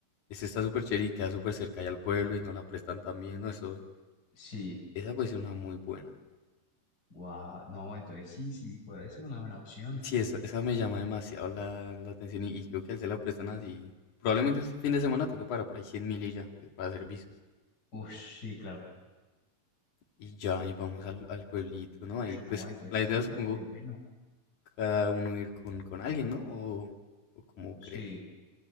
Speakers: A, on the left; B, on the left.
A: Ese está súper chévere y queda súper cerca allá al pueblo y no la prestan también, ¿no? Eso,
B: Sí,
A: esa puede ser una muy buena.
B: wow, no, entonces sí, sí, puede ser una buena opción.
A: Sí, esa, esa me llama demasiado la, la atención y, y creo que él se la prestan así. Probablemente un si, fin de semana toque para por ahí cien mil y ya, de- para servicios.
B: Ush, sí, claro.
A: Y ya, y vamos al, al pueblito, ¿no?
B: Ush,
A: Ahí, pues,
B: no, entonces
A: la
B: estaría
A: idea supongo
B: re bueno.
A: cada uno ir con, con alguien, ¿no? O, o cómo
B: Sí,
A: crees.